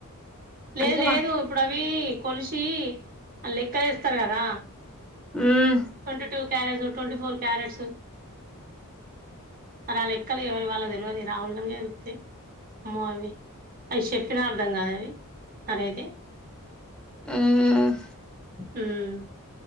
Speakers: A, on the right (about 40°); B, in the centre.
A: లేదు
B: అందుకే
A: లేదు
B: మా
A: ఇప్పుడు అవి కొలిసి అళ్ళు లెక్కలు వేస్తారు కదా
B: మ్మ్
A: twenty two carats twenty four carats మరి వాళ్ళు ఎక్కలే ఎవరి వాళ్ళ తెలియదు రాహుల్ నగా ఇతే అమ్మో అవి అవి చెప్పిన అర్థం కద అ అదేతే
B: ఊమ్
A: హమ్